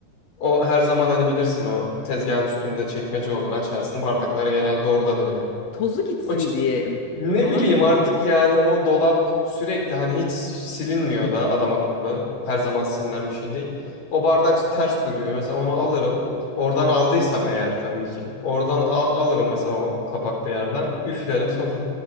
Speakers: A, on the left (about 80°); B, on the left (about 55°).
A: o her zaman hani bilirsin o tezgahın üstünde çekmece olur açarsın. Bardaklar genelde oradadır yani.
B: Tozu gitsin
A: O ç-
B: diye
A: ne
B: falan
A: bileyim
B: mı?
A: artık yani o dolap sürekli hani hiç silinmiyor da adam akıllı. Her zaman silinen bir şey değil. O bardak ters duruyor. Mesela onu alırım. Oradan aldıysam eğer tabii ki. Oradan al- alırım mesela o kapaklı yerden. Üflerim sonra